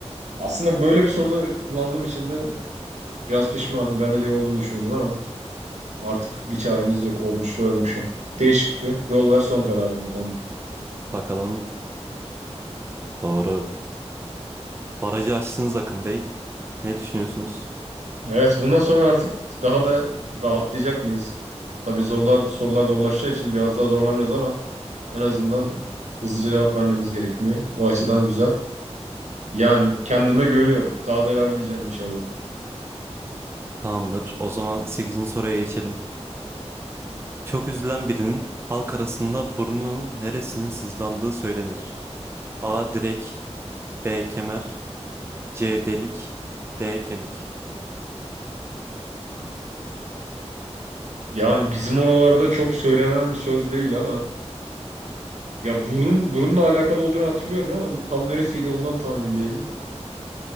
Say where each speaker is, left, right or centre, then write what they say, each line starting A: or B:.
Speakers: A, on the right; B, on the right.
A: Aslında böyle bir soruda kullandığım için de biraz pişmanım. Ben de D olduğunu düşünüyordum ama artık bir çaremiz yok. Olmuşla ölmüşüm. D şıkkı. Yol ver son kararım efendim.
B: Bakalım doğru. Barajı aştınız Akın Bey. Ne düşünüyorsunuz?
A: Evet bundan sonra artık daha da rahatlayacak mıyız? Tabii zorlar sorular zorlaşacağı için biraz daha zorlanacağız ama en azından hızlıca cevap vermemiz gerekmiyor. O açıdan güzel. Yani kendime güveniyorum. Daha da ilerleyeceğim inşallah.
B: Tamamdır. O zaman sekizinci soruya geçelim. Çok üzülen birinin halk arasında burnunun neresinin sızlandığı söylenir. A. Direk B. Kemer C. Delik D. Kemik
A: Yani bizim oralarda çok söylenen bir söz değil ama ya burun burunla alakalı olduğunu hatırlıyorum ama tam neresiydi ondan tam emin değilim.